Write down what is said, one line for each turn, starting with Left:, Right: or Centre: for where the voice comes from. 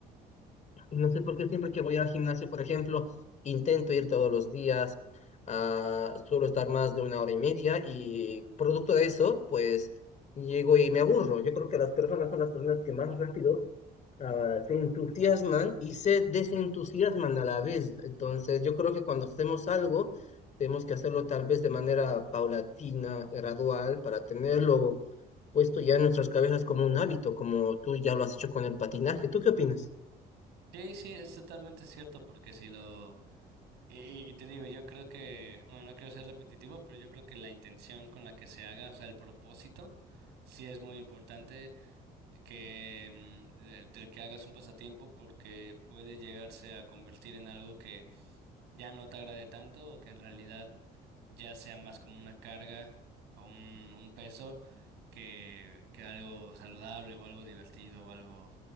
Left: no sé por qué siempre que voy al gimnasio, por ejemplo, intento ir todos los días, ah, suelo estar más de una hora y media y producto de eso, pues llego y me aburro. Yo creo que las personas son las personas que más rápido, ah, se entusiasman y se desentusiasman a la vez. Entonces, yo creo que cuando hacemos algo, tenemos que hacerlo tal vez de manera paulatina, gradual, para tenerlo puesto ya en nuestras cabezas como un hábito, como tú ya lo has hecho con el patinaje. ¿Tú qué opinas?
Right: Sí, sí, es totalmente cierto, porque si lo... Y, y te digo, yo creo que, bueno, no quiero ser repetitivo, pero yo creo que la intención con la que se haga, o sea, el propósito, sí es muy importante que mm, de- del que hagas un pasatiempo, porque puede llegarse a convertir en algo que ya no te agrade tanto o que en realidad ya sea más como una carga o un, un peso que, que algo saludable o algo divertido o algo